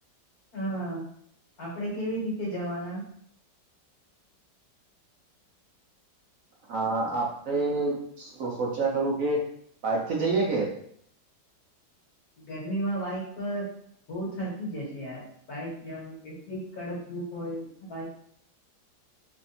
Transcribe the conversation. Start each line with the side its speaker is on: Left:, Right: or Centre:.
Left: હા આપણે કેવી રીતે જવાના?
Right: હા આપે સોચ્યા કરું કે બાઈકથી જઈએ કે?
Left: ગરમીમાં બાઈક પર બહુ થકી જશે યાર, બાઈક જવું એટલી કડક ધુપ હોય બાઈક